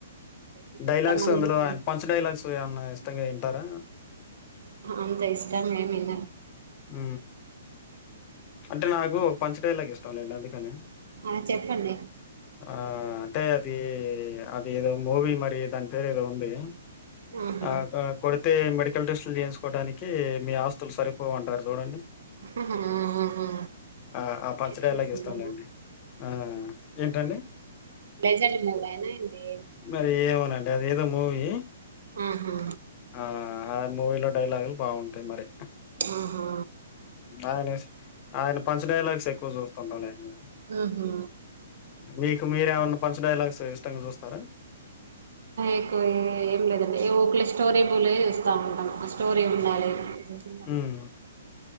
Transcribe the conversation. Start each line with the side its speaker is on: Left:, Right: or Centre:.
Right: ఎపిక్స్
Left: డైలాగ్స్
Right: సంబంధించిన
Left: అందులో ఆయన పంచ డైలాగ్స్ ఏమన్నా ఇష్టంగా ఇంటార
Right: అంతా ఇష్టా మేమిన్న
Left: ఉ అంటే నాకు ఒక పంచటయలాకి ఇష్టం లేండి అందుకని
Right: ఆ చెప్పండి
Left: ఆ అది అది ఏదో మూవి మరి దాని పేరు ఏదో ఉంది
Right: ఆహా
Left: ఆ కొ అయితే మెడికల్ టెస్టులు చేయించుకోవడానికి మీ ఆస్తులు సరిపోవ అంటారు చూడండి
Right: ఆహా ఆహా
Left: ఆ ఆ పంచడియలాకి
Right: లేజెండ్ సినిమానా
Left: ఇస్తలేండి ఆ ఏంటండి
Right: లెజెండ్ మూవేనా ఏంది
Left: మరి ఏమనండి అది ఏదో మూవీ
Right: ఆహా
Left: ఆ మూవీలో డైలాగులు బాగుంటాయి మరి
Right: ఆహా
Left: ఆయన ఆయన పంచ్ డైలాగ్స్ ఎక్కువ చూస్తుంటా అండి నేను
Right: హు హు
Left: మీకు మీరేమైన్నా పంచ డైలాగ్స్ ఇష్టంగా చూస్తారా
Right: ఎక్కువ ఏం లేదండి ఊల స్టోరీ బులే ఇస్తూ ఉంటాం స్టోరీ ఉండాలి మై
Left: హ్మ్